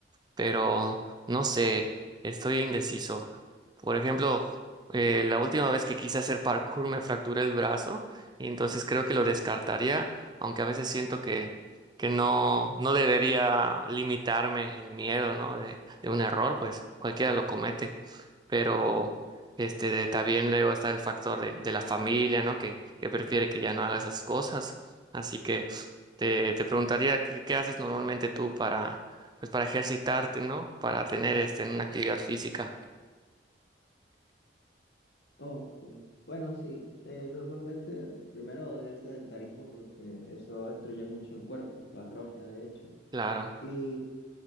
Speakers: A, on the right; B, on the left.
A: pero no sé, estoy indeciso. Por ejemplo, eh, la última vez que quise hacer parkour me fracturé el brazo y entonces creo que lo descartaría, aunque a veces siento que, que no, no debería limitarme el miedo, ¿no? de, de un error, pues cualquiera lo comete pero este de- también luego está el factor de, de la familia, ¿no? Que, que prefiere que ya no hagas esas cosas. Así que te, te preguntaría qué, qué haces normalmente tú para pues para ejercitarte, ¿no? Para tener este, una actividad física.
B: Ok. Bueno, sí, eh, normalmente primero odio el sedentarismo porque eso destruye mucho el cuerpo, lo atrofia de hecho.
A: Claro.
B: Y,